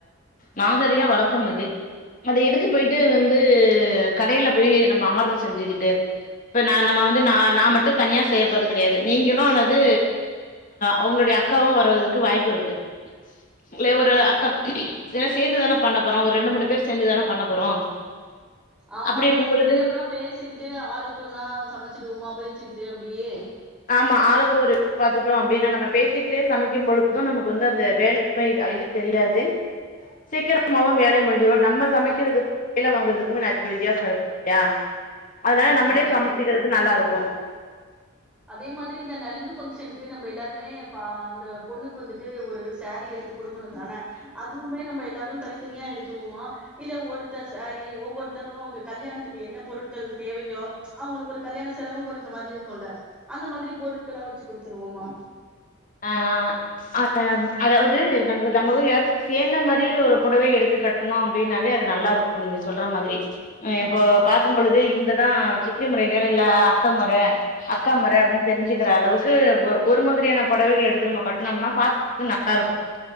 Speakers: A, on the left; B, in the centre.
A: நாகரிக வழக்கம் அது அதை எடுத்து போயிட்டு வந்து கடையில போய் நம்ப ஆர்டரு செஞ்சுக்கிட்டு இப்ப நா நம்ப வந்து ந நா மட் டு தனியா செய்யப்போரது கிடையாது நீங்களு அல்லது அவங்களுடைய அக்காவு வருவதற்கு வாய்ப்பு இருக்கு ங்களே ஒரு அக்கம் எல்லா சேந்துதான பண்ண போற ஒரு ரெண்டு மூணு பேர் சேந்து தானே பண்ண போறோ
B: ஆமா
A: அப்டி இருக்கும்
B: நம்மக்குள்ளயே
A: பொழுது
B: அப்னா பேசிக்கிட்டு ஆளுக்கு ஒன்னா சமைச் சுடுவோமா பிரிச்சுக்கிட்டு அப்டியே
A: ஆமா ஆளுக்கு ஒரு பாத்துட்டோ அப்டின்னா நம்ப பேசிக்கிட்டே சமைக்கும் பொழுதும் நமக்கு வந்து அந்த வேலைண்மை அலுப்பு தெரியாது சீக்கிரமாவு வேலை முடிஞ்சிடும் நம்ம சமைக்கிறதுக்கும் கையில வாங்குறதுக்கு வித்யா சார <unintelligible> அதனால
B: ஆமா
A: நம்மளே
B: அது
A: சம்ச்சிக்கிறது
B: உண்மதா
A: நல்லா இருக்கு
B: அதே மாதிரி இந்த நலங்கு பங்க்ஷனுக்கு நமப எல்லாருமே ப அந்த பொண்ணுக்கு வந்துட்டு ஒரு சேரி எடுத்து கொடுக்கணு தான அதுவுமே நம்ப எல்லாரு தனித்தனியா எடுத்துருவோமா இல்ல ஒருத்தர் சேரி ஒவ்வொருத்தரும் கல்யாணத்துக்கு என்ன பொருட்கள் தேவையோ அவங்களுக்கு ஒரு கல்யாண செலவும் கொறஞ்ச மாதிரி இருக்கும்ல அந்த மாதிரி பொருட்களாம் வச்சு குடுத்துருவோமா
A: ஆ அஹ அதாவது நமக்கு நமக்கு வீடு சேர்ந்த மாதிரி ஒரு புடவை எடுத்து கட்டணும் அப்டின்னாவே அது நல்லா இருக்கு நீங்க சொல்ற மாதிரி அ இப்போ பாக்கும் பொழுது இவங்கதா சித்தி முறைகள் இல்ல அத்தை முற அக்கா முற அப்டின்னு தெரிஞ்சுக்கிற அளவுக்கு ஒரு மாதிரியான புடவைகள் எடுத்து நம்ம கட்டனோம்னா பாக்கறது நல்லா இருக்கும்